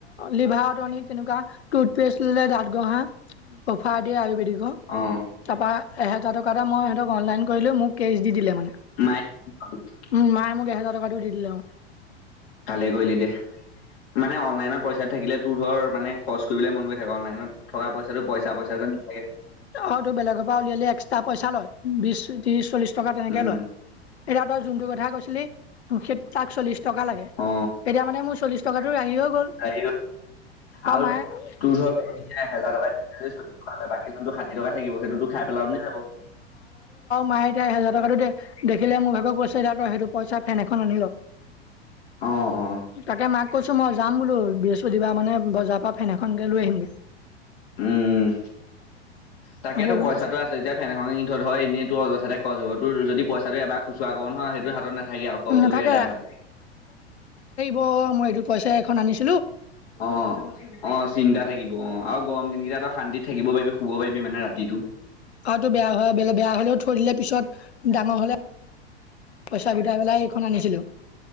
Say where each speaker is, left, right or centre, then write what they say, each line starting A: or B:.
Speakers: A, on the left; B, on the left.
A: লিভাৰ ফটোওনিত তেনেকুৱা টোষ্ট পেষ্ট ললে দাত গুহা <unintelligible> অফাৰ দিয়ে আয়ুবেদিকৰকৰ।
B: অ'
A: তাৰপৰা এহেজাৰ টকা এটা মই হঁতক অনলাইন কৰিলোঁ মোক কেছ দি দিলে মানে।
B: মায় <unintelligible>
A: উম মায়ে মোক এহেজাৰ টকাটো দি দিলে আৰু।
B: ভালে কৰিলি দে মানে অনলাইনত পইচাত থাকিলে তোৰ ধৰ মানে খৰচ কৰিবলৈ মন গৈ থাকে অনলাইনত থকা পইচাটো পইা পইচা যেন নালাগে।
A: অ', টোৰ বেলেগৰ পৰা উলিয়ালে এক্সট্ৰা পইচা লয় বিশ ত্ৰিশ চল্লিশ টকা তেনেকে
B: উম
A: লয়। এতি তই যোনটো কথা কৈছিলি তাক চল্লিশ টকা লাগে।
B: অ
A: তেতিয়া মানে মোৰ চল্লিশ টকাতটো ৰাহি হৈ গ'ল।
B: হেৰি আৰু
A: আম <unintelligible>
B: তোৰ
A: <unintelligible> বন
B: ধৰ
A: যাবা আৰু
B: এহেজাৰ টকা বাকী যোনটো ষাঠি টকা থাকিব সেইটোতো খাই পেলাও নে যাব
A: মায়ে এতিয়া হেজাৰ টকাটো দেখিলে মোক ভাগৰ কৈছে তই সেইটো পইচা ফেন এখন আনি ল।
B: অ অ
A: তাকে মাক কৈছো মই যাম বোলো বৃহস্পতিবাৰে মানে বজাৰ পৰা ফেন এখন লৈ আহিমগৈ।
B: উম', তাকেতো
A: হ'ব বুলি
B: পইচাটো
A: কৈছো।
B: আছে যেতিয়া ফেন এখন কিনি থহ ধৰ এনেইতো অয তাতে খোৱা <unintelligible> যদি পইচাটো এবাৰ খুচুৰা কৰ নহয় সেইটো হাতত নাথাকে আৰু খৰচ
A: নাথাকে
B: হৈ এদায় হয়।
A: অ', মই এইটো পইচা এখন আনিছো।
B: অ'-অ', চিন্তা থাকিব অ আৰু গৰম দিন কেইটা শান্তিত থাকিব পাৰিবি শুব পাৰিবি মানে ৰাতিত টো <inaudible>
A: আৰুটো বেয়া হ বে বেয়া হলেও থৈ দিলে পিছত
B: উম'।
A: ডাঙৰ হলে পইচা গোটাই পেলাই এইখন আনিছিলো।